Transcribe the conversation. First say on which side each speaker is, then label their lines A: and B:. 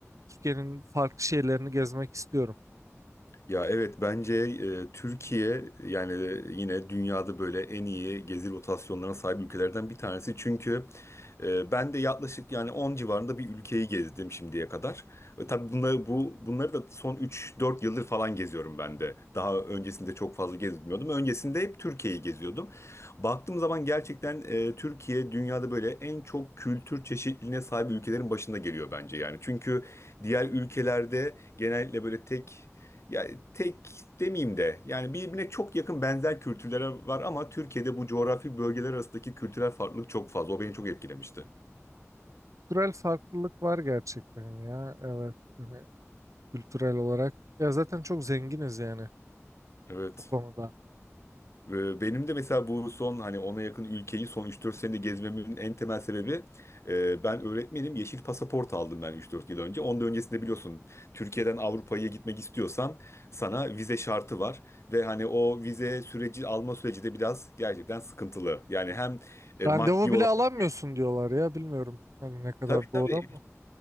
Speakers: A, on the right; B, on the left.
A: e, Türkiye'nin farklı şeylerini gezmek istiyorum.
B: Ya evet bence e, Türkiye yani yine dünyada böyle en iyi gezi rotasyonlarına sahip ülkelerden bir tanesi. Çünkü Ee, ben de yaklaşık yani 10 civarında bir ülkeyi gezdim şimdiye kadar. Ve tabii bunları bu bunları da son üç dört yıldır falan geziyorum ben de. Daha öncesinde çok fazla gezmiyordum. Öncesinde hep Türkiye'yi geziyordum. Baktığım zaman gerçekten e, Türkiye dünyada böyle en çok kültür çeşitliliğine sahip ülkelerin başında geliyor bence yani. Çünkü diğer ülkelerde genellikle böyle tek ya tek demeyeyim de yani birbirine çok yakın benzer kültürlere var ama Türkiye'de bu coğrafi bölgeler arasındaki kültürel farklılık çok fazla. O beni çok etkilemişti.
A: Kültürel farklılık var gerçekten ya evet hani kültürel olarak ya zaten çok zenginiz yani
B: Evet.
A: o konuda.
B: Ve Benim de mesela bu son hani ona yakın ülkeyi son üç dört senede gezmemin en temel sebebi e, ben öğretmenim yeşil pasaport aldım ben üç dört yıl önce. Ondan öncesinde biliyorsun Türkiye'den Avrupa'ya gitmek istiyorsan sana vize şartı var. Ve hani o vize süreci alma süreci de biraz gerçekten sıkıntılı. Yani hem e,
A: Randevu
B: maddi
A: bile
B: olarak
A: alamıyorsun diyorlar ya bilmiyorum hani ne kadar
B: Tabii
A: doğru
B: tabii
A: ama.